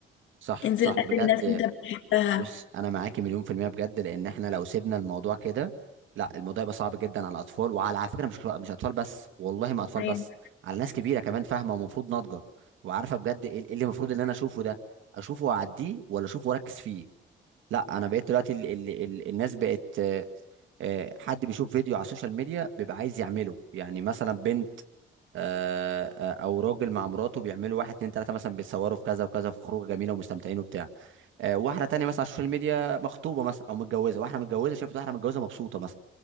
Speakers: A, on the right; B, on the left.
A: صح
B: انزل
A: صح
B: قابل
A: بجد
B: ناس انت بتحبها
A: بص انا معاكي مليون في المية بجد لان احنا لو سيبنا الموضوع كده لا الموضوع يبقى صعب جدا على الاطفال وعلى على فكرة مش مش اطفال بس والله ما اطفال
B: أيوة.
A: بس على ناس كبيرة كمان فاهمة ومفروض ناضجة وعارفة بجد ايه إيه اللي المفروض ان انا اشوفه ده اشوفه واعديه ولا اشوفه واركز فيه لا انا بقيت دلوقتي ال ال ال الناس بقت آه، آه، حد بيشوف فيديو على السوشيال ميديا بيبقى عايز يعمله يعني مثلا بنت آه، آه، او راجل مع مراته بيعملوا واحد اتنين تلاتة مثلا بيتصوروا في كذا وكذا في خروجه جميله ومستمتعين وبتاع آه، واحده تانية مثلا على السوشيال ميديا مخطوبه مثلا او متجوزه واحده متجوزه شافت واحده متجوزه مبسوطه مثلا